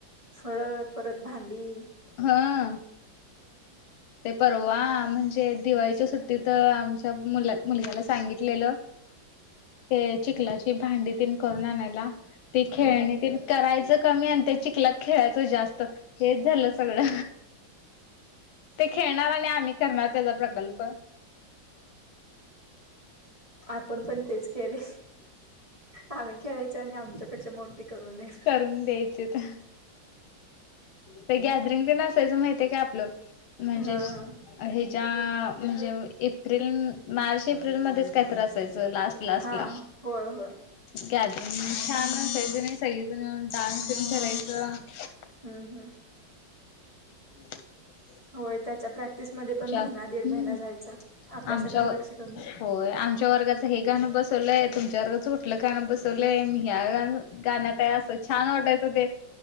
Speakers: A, on the right; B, on the left.
A: फळ आठ परत भांडी
B: ह ते परवा म्हणजे दिवाळीच्या सुट्टी त आमच्या मु मुलग्याला सांगितलेलं ते चिखलाची भांडी तेन करून आणायला ते
A: हम्म
B: खेळणी
A: हम्म
B: करायच कमी त्या चिकलात खेळतच त जास्त हेच झालं सगळं खेळणार आणि आम्ही करणार त्याचा प्रकल्प
A: आपण पण तेच केले आम्ही खेळायच आणि आमच्या पेक्षा मोठी करून दे
B: करून द्यायचे तर ते गॅदरिंग तेन असायचं माहितीय का आपलं म्हणजे
A: हा हा
B: हेच्या म्हणजे एप्रिल मार्च एप्रिल मध्येच कायतर असायचं लास्ट लास्ट
A: हा
B: ला
A: होय होय
B: छान असायचं सगळीजन येऊन डान्स तेन करायचं
A: हम्म हम्म
B: हम्
A: होय त्याच्या प्रॅक्टिसमध्ये पण महिना
B: हम्म
A: दीड महिना जायचा अभ्यासाकडे
B: आमच्या
A: लक्ष कमी.
B: होय आमच्या वर्गाच हे गाणं बसवलं तुमचा वर्गाचा कोणता गाणं बसवले मी ह्या गाण्यात आहे अस छान वाटायचं ते